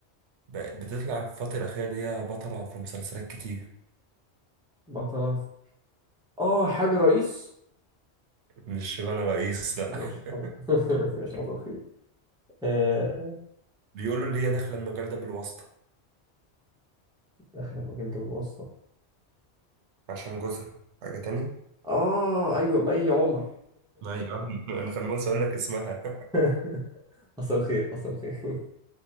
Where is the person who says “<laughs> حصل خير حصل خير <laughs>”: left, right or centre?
Centre